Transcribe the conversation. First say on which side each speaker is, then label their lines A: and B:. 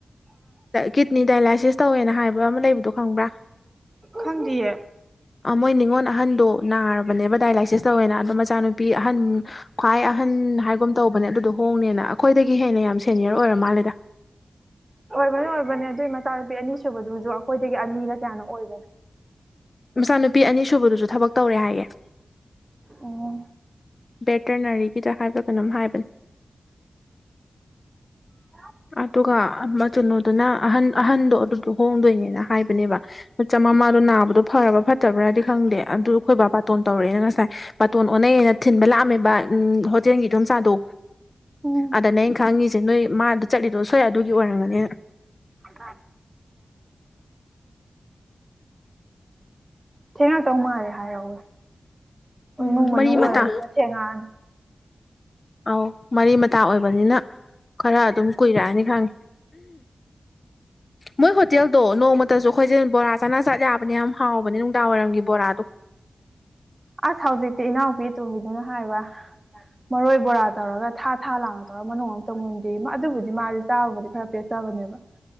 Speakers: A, on the left; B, on the right.
A: ꯀꯤꯠꯅꯤ ꯗꯥꯏꯂꯥꯏꯁꯤꯁ ꯇꯧꯋꯦꯅ ꯍꯥꯏꯕ ꯑꯃ ꯂꯩꯕꯗꯣ ꯈꯪꯕ꯭ꯔꯥ
B: ꯈꯪꯗꯌꯦ
A: ꯑ ꯃꯣꯏ ꯅꯤꯡꯅꯤꯉꯣꯟ ꯑꯍꯟꯗꯣ ꯅꯥꯔꯕꯅꯦꯕ ꯗꯥꯏꯂꯥꯏꯁꯤꯁ ꯇꯧꯋꯦꯅ ꯑꯗꯣ ꯃꯆꯥꯅꯨꯄꯤ ꯑꯍꯟ ꯈ꯭ꯋꯥꯏ ꯑꯍꯟ ꯍꯥꯏꯒ ꯇꯧꯕꯅꯦ ꯑꯗꯨꯗꯣ ꯍꯣꯡꯅꯦꯅ ꯑꯩꯈꯣꯏꯗꯒꯤ ꯍꯦꯟꯅ ꯌꯥꯝ ꯁꯦꯅꯤꯌꯔ ꯑꯣꯏꯔ ꯃꯥꯜꯂꯦꯗ
B: ꯑꯣꯏꯕꯅꯦ ꯑꯣꯏꯕꯅꯦ ꯑꯗꯨꯏ ꯃꯆꯥꯅꯨꯄꯤ ꯑꯅꯤꯁꯨꯨꯕꯗꯨ ꯍꯧꯁꯨꯛ ꯑꯩꯈꯣꯏꯗꯒꯤ ꯑꯅꯤꯅ ꯀꯌꯥꯅꯣ ꯑꯣꯏꯕꯅ
A: ꯃꯆꯥꯅꯨꯄꯤ ꯑꯅꯤ ꯁꯨꯕꯗꯨꯁꯨ ꯊꯕꯛ ꯇꯧꯔꯦ ꯍꯥꯏꯌꯦꯦ
B: ꯑꯣ
A: ꯕꯦꯇꯔꯅꯔꯤꯒꯤꯗ ꯍꯥꯏꯕ ꯀꯩꯅꯝ ꯍꯥꯏꯕ
B: ꯀ
A: ꯑꯗꯨꯒ ꯃꯆꯅꯣꯗꯨꯅ ꯑꯍꯟ ꯑꯍꯟꯗꯣ ꯑꯗꯨꯗꯣ ꯍꯣꯡꯗꯣꯏꯅꯦꯅ ꯍꯥꯏꯕꯅꯦꯕ ꯆꯝꯃꯃꯥꯗꯣ ꯅꯥꯕꯗꯣ ꯐꯔꯕ꯭ꯔ ꯐꯠꯇꯕ꯭ꯔꯥꯗꯤ ꯈꯪꯗꯦ ꯑꯗꯨ ꯑꯩꯈꯣꯏ ꯕꯥ ꯄꯥꯇꯣꯟ ꯇꯧꯔꯛꯑꯦꯅ ꯉꯁꯥꯏ ꯄꯥꯇꯣꯟ ꯑꯣꯟꯅꯩꯌꯦꯅ ꯊꯤꯟꯕ ꯂꯥꯛꯑꯝꯃꯦꯕ ꯎ ꯍꯣꯇꯦꯜꯒꯤ ꯏꯣꯡꯆꯥꯥꯗꯣ
B: ꯎꯝ
A: ꯑꯗꯨꯗꯅ ꯑꯩꯅ ꯈꯪꯉꯁꯤ ꯁꯦ ꯅꯣꯏ ꯃꯥꯗ ꯆꯠꯂꯤꯗꯣ ꯁꯣꯏꯏ ꯑꯗꯨꯒꯤ ꯑꯣꯏꯔꯝꯒꯅꯤ
B: <unintelligible> ꯊꯦꯡꯉꯛꯇꯧ ꯃꯥꯜꯂꯦ ꯍꯥꯏꯍꯧꯋꯦ
A: ꯎꯝ
B: ꯏꯃꯨꯡ ꯃꯅꯨꯡ
A: ꯃꯔꯤ
B: ꯑꯣꯏꯔꯝꯅꯤꯅ
A: ꯃꯇꯥ
B: ꯊꯦꯡ ꯉꯥꯛꯅꯤ
A: ꯑꯧ ꯃꯔꯤ ꯃꯇꯥ ꯑꯣꯏꯕꯅꯤꯅ ꯈꯔ ꯑꯗꯨꯝ ꯀꯨꯏꯔꯛꯑꯅꯤ ꯈꯪꯉꯤ ꯃꯣꯏ ꯍꯣꯇꯦꯜꯗꯣ ꯅꯣꯡꯃꯇꯁꯨ ꯑꯩꯈꯣꯏꯁꯦ ꯕꯣꯔꯥ ꯆꯥꯅ ꯆꯠ ꯌꯥꯕꯅꯦ ꯌꯥꯝ ꯍꯥꯎꯕꯅꯦ ꯅꯨꯡꯗꯥꯡꯋꯥꯏꯔꯝꯒꯤ ꯕꯣꯔꯥꯗꯣ
B: ꯑꯁ ꯍꯧꯖꯤꯛꯇꯤ ꯏꯅꯥꯎꯄꯤ ꯑꯇꯣꯝꯕꯤꯗꯨꯅ ꯍꯥꯏꯕ ꯃꯔꯣꯏ ꯕꯣꯔꯥ ꯇꯧꯔꯒ ꯊꯥ ꯊꯥ ꯂꯥꯡ ꯇꯧꯔꯒ ꯃꯅꯨꯡ ꯑꯃꯇꯧ ꯃꯨꯟꯗꯦ ꯑꯗꯨꯕꯨꯗꯤ ꯃꯥꯗꯤ ꯆꯥꯕꯕꯨꯗꯤ ꯈꯔ ꯄꯦꯆ ꯇꯕꯅꯦꯕ